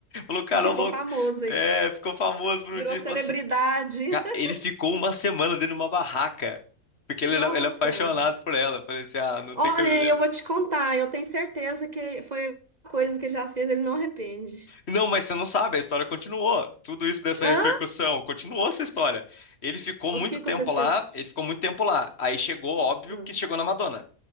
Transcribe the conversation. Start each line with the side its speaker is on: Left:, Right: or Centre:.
Left: Falou, cara,
Right: Ele ficou
Left: ô louco.
Right: famoso aí,
Left: É, ficou famoso por
Right: virou
Left: um dia.
Right: celebridade.
Left: Falou assim, "Ca-
Right: <laughs>
Left: ele ficou uma semana dentro de uma barraca, porque ele
Right: Nossa!
Left: era, ele é apaixonado por ela. Eu Falei assim, ah, não
Right: Olha,
Left: tem cabimento.
Right: eu vou te contar, eu tenho certeza que foi uma coisa que já fez, ele não arrepende.
Left: Não, mas você não sabe, a história continuou. Tudo isso dessa
Right: Hã?
Left: repercussão, continuou essa história. Ele ficou
Right: O
Left: muito
Right: que aconteceu?
Left: tempo lá, ele ficou muito tempo lá. Aí chegou, óbvio,
Right: Hum.
Left: que chegou na Madonna.